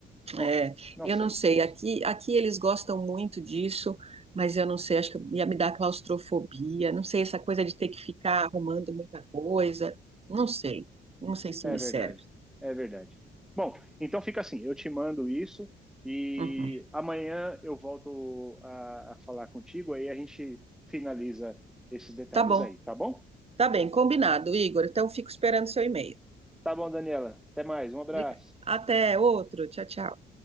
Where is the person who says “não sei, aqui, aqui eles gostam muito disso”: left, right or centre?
Right